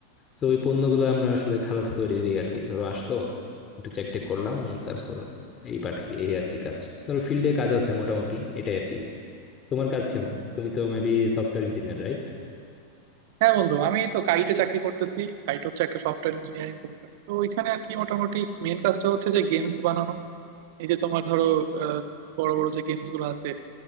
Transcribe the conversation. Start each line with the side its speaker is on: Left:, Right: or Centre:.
Left: তো ওই পণ্যগুলো আমরা আসলে খালাস করে দিই আর কি ধরো আসলো একটু চেক টেক করলাম তারপর এই পাঠিয়ে দিই এই আর কি কাজ ধরো ফিল্ডে কাজ আছে মোটামুটি এটাই আর কি তোমার কাজ কেমন তুমি তো মেবি সফটওয়্যার ইঞ্জিনিয়ার রাইট
Right: হ্যাঁ বন্ধু আমি তো কাইটে চাকরি করতেছি কাইট হচ্ছে একটা সফটওয়্যার ইঞ্জিনিয়ারিং কোম্পানি তো ওইখানে আর কি মোটামুটি মেন কাজটা হচ্ছে যে গেমস বানানো এই যে তোমার ধরো আহ, বড় বড় যে গেমস গুলো আছে